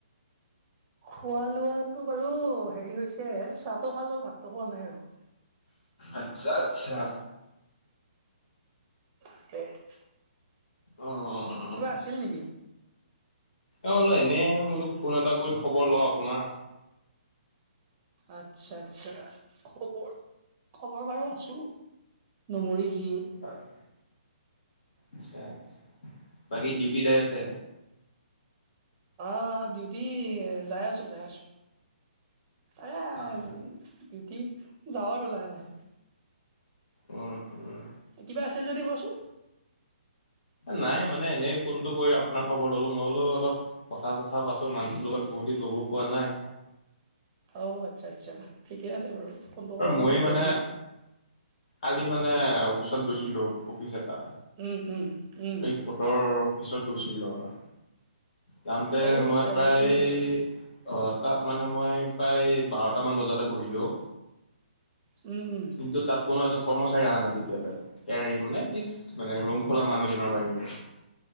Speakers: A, on the right; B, on the left.
A: খোৱা লোৱাটো বাৰু হেৰি হৈছে চাহটো খালো, ভাতটো খোৱা নাই আৰু।
B: আচ্ছা আচ্ছা।
A: <unintelligible>
B: অ অ অ।
A: কিবা আছিল নেকি?
B: অ এনেই বোলো ফোন এটা কৰি খবৰ লওঁ আপোনাৰ।
A: আচ্ছা আচ্ছা খবৰ, খবৰ বাৰু আছো। নমৰি জী।
B: হয় <inaudible> আচ্ছা আচ্ছা, বাকী ডিউটি যাই আছে?
A: অ ডিউটি যাই আছো যাই আছো। এয়া
B: অ', অ'।
A: ডিউটিত যাওঁ আৰু লাহে লাহে।
B: উম উম।
A: কিবা আছিল যদি কোৱাচোন।
B: নাই মানে এনেই ফোনটো কৰি আপোনাৰ খবৰ ললো, মই বোলো অলপ কথা চথা পাতো মানুটোৰ লগত বহুত দিন লগো পোৱা নাই।
A: অঁ আচ্ছা আচ্ছা ঠিকে আছে বাৰু। ফোনটো কৰাৰ
B: আৰু মই
A: কাৰণে ভাল
B: মানে
A: লাগিল।
B: কালি মানে অফিচত গৈছিলো। অফিচ এটা
A: উম, উম, উম,
B: এই ফটৰ অফিচত গৈছিল ৰ। যামতে
A: অ'
B: মই
A: আচ্ছা
B: প্ৰায়
A: ইলেকশ্যন অফিচৰ
B: অঁ তাত মানে মই প্ৰায় বাৰটামান বজালে বহিলোঁ।
A: উম উওম।
B: কিন্তু তাত কোনো এজন কৰ্মচাৰী অহা নাই তেতিয়ালৈ ই মানে ইচ্ মানে ৰুম খোলা মানুহজনৰ বাহিৰে